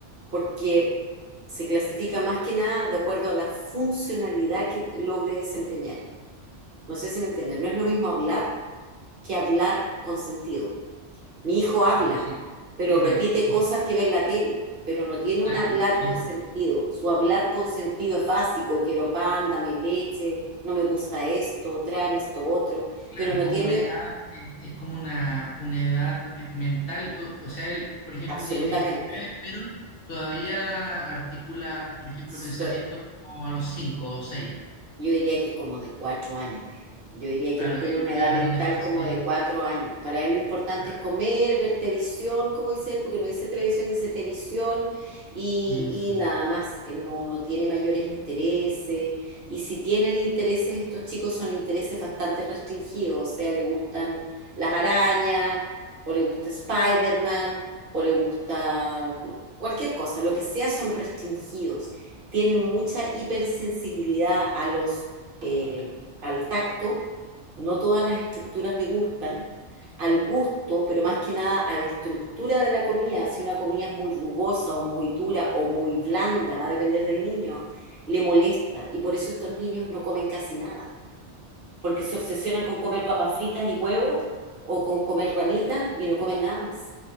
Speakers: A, on the right; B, on the left.
A: porque se clasifica más que nada de acuerdo a la funcionalidad que logre desempeñar. No sé si me entienden, no es lo mismo hablar que hablar con sentido. Mi hijo habla,
B: No, sí,
A: pero
B: sí,
A: repite
B: te- sí.
A: cosas que ve en la tele, pero no tiene
B: Claro,
A: un hablar
B: por ejemplo,
A: con sentido. Su hablar con sentido es básico, quiero pan, dame leche, no me gusta esto, tráeme esto otro,
B: claro,
A: pero
B: es
A: no
B: como
A: tiene
B: una edad, eh, es como una, una edad me- mental, o, o sea, él, por ejemplo,
A: absolutamente.
B: tiene 19, pero todavía articula, por ejemplo,
A: Su-
B: pensamientos
A: su-
B: como a los 5 o 6.
A: Yo diría que como de cuatro años él. Yo diría
B: Claro,
A: que él tiene
B: ahí
A: una
B: puede
A: edad
B: haber
A: mental
B: un desfase.
A: como de cuatro años. Para él lo importante
B: ah,
A: es comer, ver televisión, como dice él, porque no dice televisión, dice televisión y,
B: mm,
A: y nada más. Él no, no tiene mayores intereses. Y si tienen intereses, estos chicos son intereses bastante restringidos. O sea, le gustan las arañas, o le gusta Spider-Man, o le gusta cualquier cosa. Lo que sea son restringidos tienen mucha hipersensibilidad a los, eh, al tacto, no todas las estructuras le gustan, al gusto, pero más que nada a la estructura de la comida. Si una comida es muy rugosa o muy dura o muy blanda, va a depender del niño, le molesta. Y por eso estos niños no comen casi nada, porque se obsesionan con comer papas fritas y huevos o con comer ramitas y no comen nada más.